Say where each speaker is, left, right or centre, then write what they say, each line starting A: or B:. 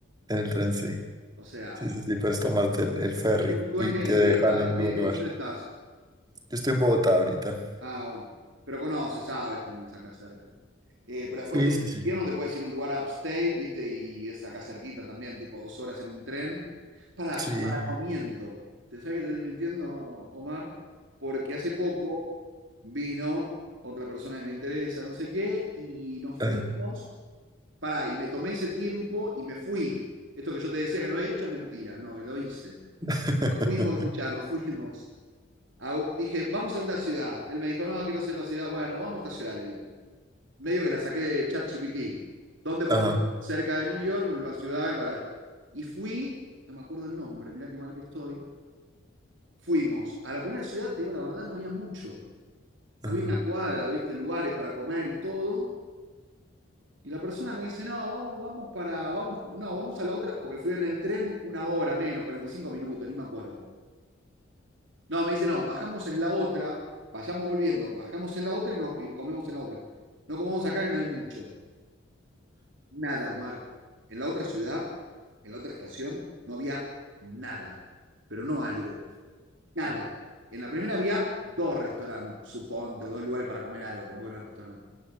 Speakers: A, on the right (about 20°); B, on the right (about 75°).
A: en el tren, sí.
B: O sea,
A: Sí, sí, sí, puedes tomarte el, el ferry
B: ¿tú, tú
A: y
B: en qué,
A: te
B: en
A: dejan
B: qué- ah,
A: en
B: en
A: un
B: qué-
A: lugar.
B: en qué ciudad estás?
A: Yo estoy en Bogotá ahorita.
B: Ah, bueno. Pero conoces, sabes cómo es acá cerca. Eh, pero después
A: Sí,
B: tienes
A: sí, sí.
B: invierno, te puedes ir a un lugar upstate, ¿viste? Y es acá cerquita también, tipo dos horas en un tren. Para,
A: Sí.
B: para, no miento. ¿Te sabes que te estoy mintiendo, Omar? Porque hace poco vino otra persona que me interesa, no sé qué, y nos
A: Ajá,
B: fuimos pará, y me tomé ese tiempo y me fui. Esto que yo te decía que no había hecho, mentira, no, lo hice.
A: <laughs>
B: Nos fuimos, escuchá, nos fuimos. A dije, vamos a una ciudad. Él me dijo, no, quiero hacer una ciudad. Bueno, vamos a esta ciudad, le digo. Medio que la saqué de ChatGPT. ¿Dónde podemos?
A: ajá.
B: Cerca de New York, una ciudad para... Y fui, no me acuerdo el nombre, mirá qué mal que estoy. Fuimos. A la primera ciudad, te digo, la verdad, no había mucho. Había
A: ajá.
B: una cuadra, viste, lugares para comer y todo Y la persona me dice, no, vamos, vamos para, vamos, no, vamos a la otra, porque fui en el tren una hora menos, 45 minutos, ni me acuerdo. No, me dice, no, bajamos en la otra, vayamos volviendo, bajamos en la otra y, no y comemos en la otra. No comemos acá que no hay mucho. Nada, Omar. En la otra ciudad, en la otra estación, no había nada, pero no algo, nada. En la primera había dos restaurantes, suponte, o dos lugares para comer algo, tampoco en el restaurante.